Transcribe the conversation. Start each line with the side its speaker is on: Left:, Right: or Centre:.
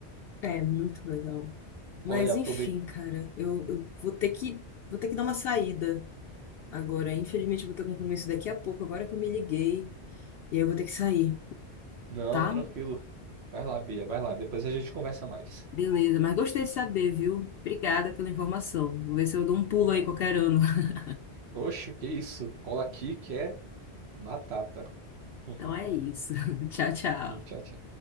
Left: É muito legal. Mas
Right: Olha, aproveita.
Left: enfim, cara, eu, eu vou ter que, vou ter que dar uma saída agora. Infelizmente, eu vou ter um compromisso daqui a pouco, agora que eu me liguei. E aí eu vou ter que sair,
Right: Não,
Left: tá?
Right: tranquilo. Vai lá, Bia, vai lá. Depois a gente conversa mais.
Left: Beleza, mas gostei de saber, viu? Obrigada pela informação. Vou ver se eu dou um pulo
Right: Né?
Left: aí qualquer ano. <laughs>
Right: Oxe, que isso? Cola aqui que é batata. <laughs>
Left: Então é isso. <laughs> Tchau, tchau.
Right: Tchau, tchau.